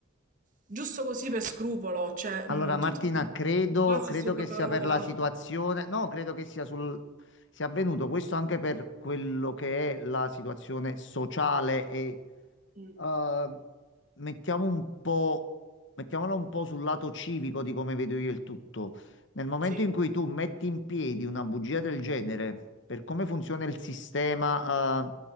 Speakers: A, on the right; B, on the left.
A: giusto così per scrupolo, cioè,
B: Allora,
A: mh,
B: Martina,
A: tu ti,
B: credo,
A: ti basi
B: credo
A: sulla
B: che
A: parola.
B: sia per la situazione, no, credo che sia sul, sia avvenuto questo anche per quello che è la situazione sociale e
A: Mm,
B: eh, mettiamo un po', mettiamolo un po' sul lato civico di come vedo io il tutto. Nel momento
A: sì.
B: in cui tu metti in piedi una bugia del genere, per come funziona il sistema eh,